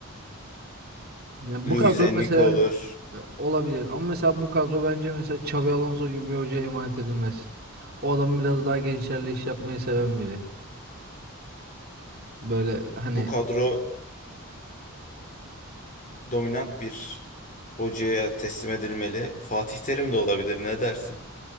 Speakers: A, on the right (about 45°); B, on the left (about 35°).
A: Yani
B: Luis
A: bu kadro
B: Enrique
A: mesela
B: olur.
A: e, olabilir ama mesela bu kadro bence mesela Xabi Alonso gibi bir hocaya emanet edilmez. O adam biraz daha gençlerle iş yapmayı seven biri. Böyle hani
B: Bu kadro dominant bir hocaya teslim edilmeli. Fatih Terim de olabilir. Ne dersin?